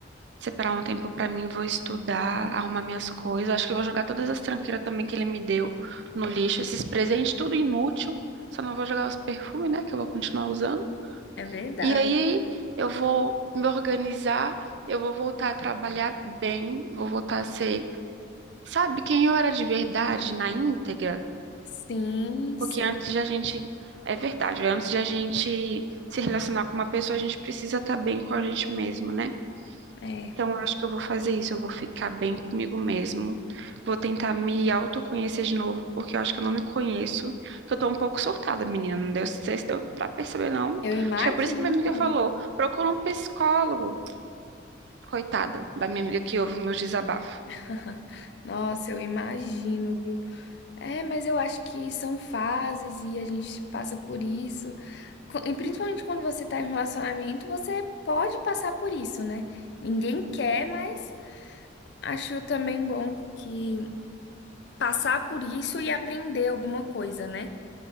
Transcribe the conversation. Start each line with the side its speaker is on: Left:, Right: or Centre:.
Right: separar um tempo pra mim, vou estudar, arrumar minhas coisas. Acho que eu vou jogar todas as tranqueiras também que ele me deu no lixo, esses presentes, tudo inútil. Só não vou jogar os perfumes, né, que eu vou continuar usando.
Left: É verdade.
Right: E aí eu vou me organizar, eu vou voltar a trabalhar bem, vou voltar a ser, sabe, quem eu era de verdade, na íntegra?
Left: Sim, sim.
Right: Porque antes de a gente, é verdade, antes de a gente se relacionar com uma pessoa, a gente precisa estar bem com a gente mesmo, né?
Left: É.
Right: Então, eu acho que eu vou fazer isso. Eu vou ficar bem comigo mesmo. Vou tentar me autoconhecer de novo, porque eu acho que eu não me conheço. Que eu tô um pouco surtada, menina. Não deu, não sei se deu pra perceber, não.
Left: Eu imagino.
Right: Acho que é por isso que minha amiga falou: procura um psicólogo. Coitada da minha amiga que ouve meus desabafos.
Left: <laughs> Nossa, eu imagino, viu? É, mas eu acho que são fases e a gente passa por isso. Co- E principalmente quando você tá em um relacionamento, você pode passar por isso, né? Ninguém quer, mas acho também bom que passar por isso e aprender alguma coisa, né?